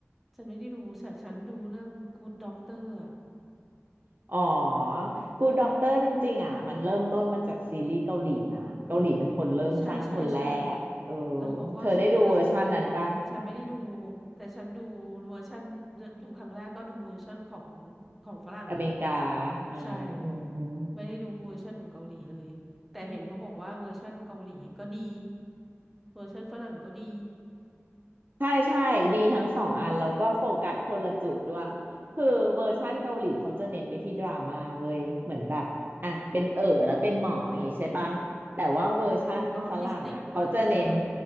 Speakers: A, in the centre; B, on the right.
A: ฉันไม่ได้ดูฉันฉันดูเรื่อง Good Doctor อ่ะ
B: อ๋อ Good Doctor จริงๆอ่ะ มันเริ่มต้นมาจากซีรีส์เกาหลีนะ เกาหลีเป็นคนเริ่มสร้างคนแรกเออ
A: ใช่ใช่ใช่แล้วเขาก็ซื้อลิขสิทธิ์
B: เธอได้ดูเวอร์ชันนั้นปะ
A: ฉันไม่ได้ดูแต่ฉันดูเวอร์ชันดูครั้งแรกก็ดูเวอร์ชันของของฝรั่งเลยอ่ะ
B: อเมริกาอืมอืมอืม
A: ใช่ไม่ได้ดูเวอร์ชันของเกาหลีเลยแต่เห็นเขาบอกว่าเวอร์ชันเกาหลีก็ดีเวอร์ชันฝรั่งก็ดี
B: ใช่ใช่ดีทั้งสองอันแล้วก็โฟกัสคนละจุดด้วยคือเวอร์ชั่นเกาหลีเขาจะเน้นไปที่ดราม่าเว้ยเหมือนแบบอ่ะเป็นเอ๋อแล้วเป็นหมออย่างงี้ใช่ปะแต่ว่าเวอร์ชั่นฝรั่งอ่ะเขาจะเน้น
A: เป็นออทิสติกปะใช่ปะ